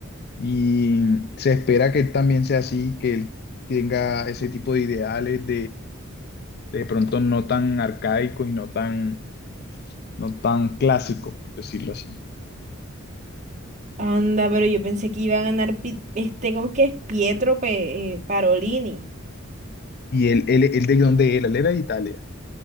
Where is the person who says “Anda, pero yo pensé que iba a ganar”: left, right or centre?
Right